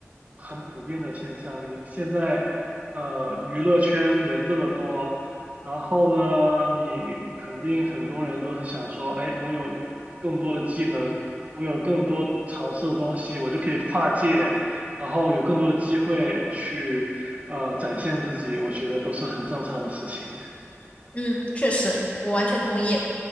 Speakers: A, on the right (about 30°); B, on the left (about 30°).
A: 很普遍的现象。你现在，呃，娱乐圈人这么多，然后呢，你肯定很多人都是想说，哎，我有更多的技能，我有更多尝试的东西，我就可以跨界，然后有更多的机会去，呃，展现自己，我觉得都是很正常的事情。
B: 嗯，确实，我完全同意。